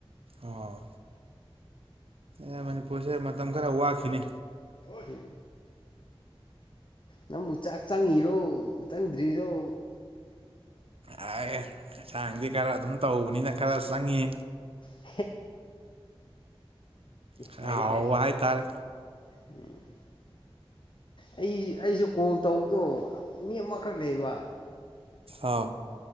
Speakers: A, on the right; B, on the left.
A: ꯑꯣ ꯑꯦ ꯃꯅꯤꯄꯨꯔꯁꯦ ꯃꯇꯝ ꯈꯔ ꯋꯥꯈꯤꯅꯤ
B: ꯎ ꯅꯪꯕꯨ ꯆꯥꯛ ꯆꯪꯉꯤꯔꯣ ꯆꯪꯗ꯭ꯔꯤꯔꯣ
A: ꯍꯥꯏꯟꯁꯥꯡꯗꯤ ꯈꯔ ꯑꯗꯨꯝ ꯇꯧꯕꯅꯤꯅ ꯈꯔ ꯆꯪꯉꯤ
B: <inaudible>
A: ꯈꯔ
B: ꯐꯥꯏ
A: ꯍꯥꯎꯕ
B: ꯐꯥꯏ
A: ꯍꯥꯏꯇꯥꯔꯦ
B: ꯎꯝ ꯑꯩ ꯑꯩꯁꯨ ꯀꯣꯜ ꯇꯧꯕꯗꯣ ꯃꯤ ꯑꯃꯈꯛ ꯂꯩꯕ
A: ꯊ